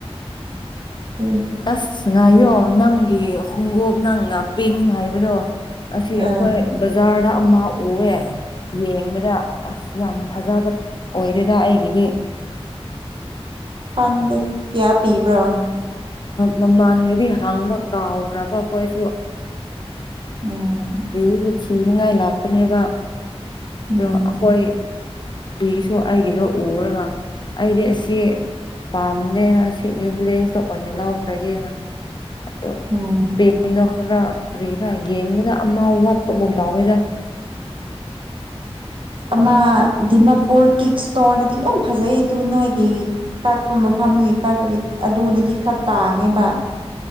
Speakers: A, on the right; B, on the left.
A: ꯎꯝ
B: ꯑꯁ ꯉꯥꯏꯌꯣ ꯅꯪꯒꯤ ꯈꯣꯡꯎꯣꯞ ꯅꯪꯅ ꯄꯤꯡ ꯍꯥꯏꯕꯗꯣ ꯑꯁꯤ ꯑꯩꯈꯣꯏ
A: ꯑ
B: ꯕꯖꯥꯔꯗ ꯑꯃ ꯎꯌꯦ꯫ ꯌꯦꯡꯕꯗ ꯑꯁ ꯌꯥꯝ ꯐꯖꯕ ꯑꯣꯏꯗꯦꯗ ꯑꯩꯒꯤꯗꯤ꯫
A: ꯈꯪꯗꯦ ꯀꯌꯥ ꯄꯤꯕ꯭ꯔꯥ?
B: ꯃꯃꯥꯟꯒꯤꯗꯤ ꯍꯪꯕ ꯀꯥꯎꯈ꯭ꯔꯕ ꯑꯩꯈꯣꯏꯁꯨ꯫
A: ꯎꯝ
B: ꯁꯨ <unintelligible> ꯊꯤꯅꯤꯡꯉꯥꯏ ꯂꯥꯛꯄꯅꯦꯕ
A: ꯎꯝ
B: ꯑꯗꯣ ꯑꯩꯈꯣꯏ ꯕꯤꯁꯨ ꯑꯩꯒꯤꯗꯣ ꯎꯔꯒ ꯑꯩꯗꯤ ꯑꯁꯤ ꯄꯥꯝꯗꯦꯅ ꯑꯁꯤ ꯁꯤ <unintelligible> ꯅꯌꯨ ꯕ꯭ꯔꯦꯟꯖꯇ ꯑꯣꯏꯅ ꯂꯧꯈ꯭ꯔꯒꯦꯅ ꯑꯗꯣ
A: ꯎꯝ
B: ꯀꯔꯤꯅꫭ ꯈꯔ ꯀꯔꯤꯔꯥ ꯌꯦꯡꯕꯗ ꯑꯃꯥ ꯋꯥꯠꯄꯒꯨꯝ ꯇꯎꯋꯦꯗ
A: ꯑꯃ ꯗꯤꯃꯥꯄꯨꯔ ꯀꯤꯛ ꯏꯁꯇꯣꯔꯅꯗꯤ ꯌꯥꯝ ꯐꯖꯩ ꯇꯨ ꯅꯣꯏꯒꯤ ꯀꯛꯄ ꯃꯐꯝꯗꯒꯤ ꯀꯥꯄꯒꯤ ꯑꯗꯨꯗꯗꯤ ꯈꯔ ꯇꯥꯡꯉꯦꯕ